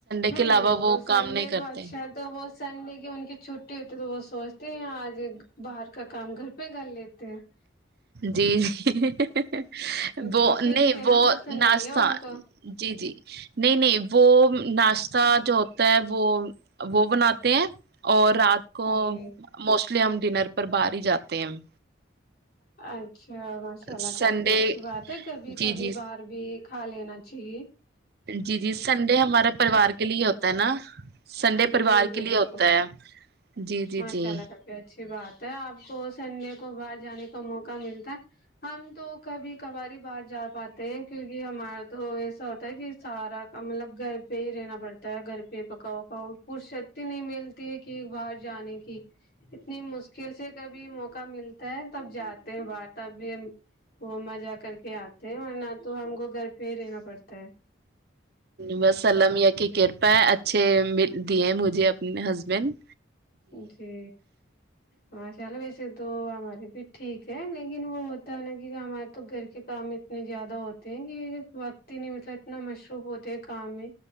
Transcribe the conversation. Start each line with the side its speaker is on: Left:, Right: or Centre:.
Left: ہوں
Right: کے علاوہ وہ
Left: تو سنڈے
Right: کام نہیں کرتے
Left: کو اچھا ہے تو وہ سنڈے کی ان کی چھٹی ہوتی ہے تو وہ سوچتے ہیں آج باہر کا کام گھر پہ کر لیتے ہیں <inaudible>
Right: جی جی <inaudible> وہ
Left: جی پھر
Right: نہیں
Left: رہنا
Right: وہ
Left: پسند
Right: ناشہ
Left: نہیں ہے ان کو
Right: جی جی نہیں نہیں وہ ناشہ جو <unintelligible> تب <unintelligible> وہ وہ بنات <inaudible> اور <inaudible> رات کو
Left: جی
Right: موسٹلی ہم ڈنر پر باہر ہی جاتے <inaudible>
Left: <inaudible> اچھا اور ماشاء اللہ
Right: سنڈے
Left: کافی اچھی بات ہے کبھی
Right: جی
Left: کبھی
Right: جی
Left: باہر بھی کھا لینا جی <unintelligible>
Right: جی جی سنڈے ہمارے پریوار کے لیے ہوتا ہے نا سنڈے پریوار
Left: جی بالکل
Right: کے لیے ہوتا ہے جی جی
Left: ماشاء
Right: جی
Left: اللہ کافی اچھی بات آپ کو سنڈے کو باہر جانے کو موقع ملتا ہے ہم تو کبھی کباری باہ جا پاتے ہیں کیونکہ ہمارا تو ایسا ہوتا ہے کہ سارا مطلب گھر پہ ہی رہنا پڑتا ہے گھر پہ پکاؤ پکاؤ پرصتی نہیں ملتی ہے کہ باہر جانے کی اتنی مشکل سے کبھی موقع کا ملتا ہے تب جاتے ہیں بر تب بھی وہاں جا کر کے آتے ہیں اور نہ تو ہم کو گھر پہ ہی رہنا پڑتا ہے
Right: بس الام کی کرپا ہے اچھے دیے مجھے اپنے ہسبینڈ
Left: جی ماشاء اللہ ویسے تو ہمارے بھی ٹھیک ہے لیکن وہ ہے نا کہ ہمارے تو گھر کے کام اتنے زیادہ ہوتے ہیں کہ وقت ہی نہیں مطلب اتنا مشروف ہوتے ہیں کام میں